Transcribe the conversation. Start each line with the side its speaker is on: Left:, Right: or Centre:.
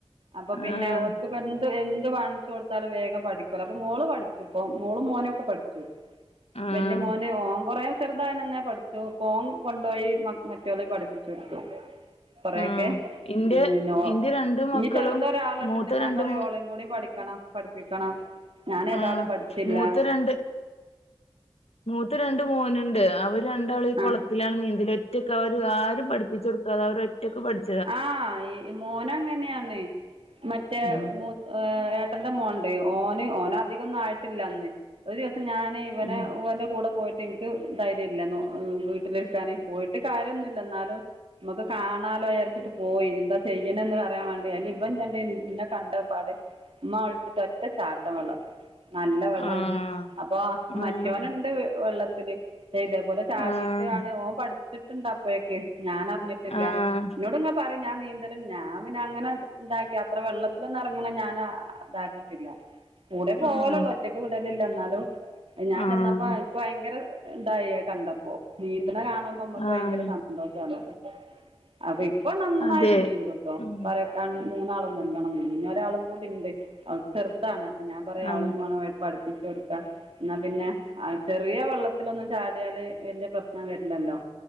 Right: അപ്പൊ പിന്നെ
Left: ആഹ്
Right: ഓൽക്ക് ഇപ്പെന്ത് എന്ത് വാങ്ങിച്ചു കൊടുത്താലും വേഗം പഠിക്കൊല്ലോ അപ്പൊ മോള് പഠിച്ചുപ്പം മോളും മോനൊക്കെ പഠിച്ചു
Left: ആഹ്
Right: വല്ല്യ മോന് ഓം കൊറേ ചെറുതായിനന്നെ പഠിച്ചു ഇപ്പോൻ കൊണ്ടോയി മറ്റോളിം പഠിപ്പിച്ചൊടുത്തു കൊറേക്കെ
Left: ആഹ് ഇന്റെ
Right: ഇഞ്
Left: ഇന്റെ രണ്ട് മക്കളും
Right: ചെറുതൊരാള്ണ്ട്
Left: മൂത്ത
Right: ഞാ
Left: രണ്ടും
Right: പറിം ഓളിം കൂടി പഠിക്ക ണം പഠിപ്പിക്കണം ഞാൻ
Left: ആ
Right: ഏതായാലും പഠിച്ചില്ല
Left: മൂത്ത രണ്ട് മൂത്ത രണ്ട് മോന്ണ്ട് അവര് രണ്ടാളി കൊള
Right: ആ
Left: ത്തിലാണ് നീന്തല് ഒറ്റൊക്കെ അവര് ആരും പഠിപ്പിച്ചൊടുക്കാതെ അവരൊറ്റക്ക് പഠിച്ച
Right: ആഹ് ഈ മോനങ്ങനെയാണെ മറ്റെ
Left: ഉം
Right: മൂത്ത ഏ ഏട്ടന്റെ മോണ്ട് ഓന് ഓനധികൊന്നും ആയിട്ടില്ലന്ന് ഒരു ദിവസം ഞാന് ഇവന
Left: ഉം
Right: ഇവന്റെ കൂടെ പോയി ട്ട് ഇൻക്ക് ധൈര്യല്ല വീട്ടില്ര്ക്കാന് പോയിട്ട് കാര്യന്നുല്ല ഇന്നാലും മ്മക്ക് കാണാലോ വിചാരിച്ചിട്ട് പോയി എന്താ ചെയ്യ്ണെന്ന് അറിയാം വേണ്ടി അയില് ഇവൻണ്ട് ഇന്നെ ക ണ്ടപ്പാട് ഇമ്മാ വിള്ച്ച്ട്ട് ഒറ്റ ചാട്ടം വള്ളത്ത്ക്ക് നല്ല വെള്ളള്ള
Left: ആഹ്
Right: അപ്പൊ
Left: ആഹ്
Right: മറ്റോന്ണ്ട് വെള്ളത്തില് ചെയ്ത പോലെ ചാടിയിട്ടാണ്
Left: ആഹ്
Right: ഓൻ പഠിച്ചിട്ട്ണ്ട് അപ്പഴേക്കെ ഞാനറിഞ്ഞിട്ട്
Left: ആഹാ
Right: ഇന്നോട്ങ്ങെ പറിം ഞാ നീന്ത ല്ണ്ട് ഞാ പിന്നെ അങ്ങനെതാക്കി അത്ര വെള്ളത്തിലൊന്നെറങ്ങ്ണെ ഞാനും ഇതാക്കി ട്ടില്ല കൂടെ പോവലൊള്ളൂ
Left: ആഹ്
Right: ഒറ്റക്ക് വിടലില്ല ഇന്നാലും ഞാൻ
Left: ആഹ്
Right: ചെന്നപ്പോ ഇൻക്ക് ഭയങ്കര ഇണ്ടായി അഹ് കണ്ടപ്പോ നീന്ത്ന കാണുമ്പോ മ്മക്ക്
Left: ആഹ്
Right: ഭയങ്കര സന്തോഷണല്ലോ. അപ്പ ഇപ്പൊ നന്നായിട്ട്
Left: അതെ
Right: നീന്ത്ട്ടോ
Left: ഉം
Right: പറ്യ ര മൂന്നാളും നല്ലോണം നീന്തും. ഞ ഒരാളും കൂടി ണ്ട് അവക്ക് ചെർതാണ് അപ്പ ഞാൻ പറയാ
Left: ആഹ്
Right: അവളെ മാണം പഠിപ്പിച്ചൊട്ക്കാ. എന്നാ പിന്നെ ആഹ് ചെറിയ വെള്ളത്തിലൊന്നും ചാടിയാല് വല്യ പ്രശ്നം വരില്ലല്ലോ.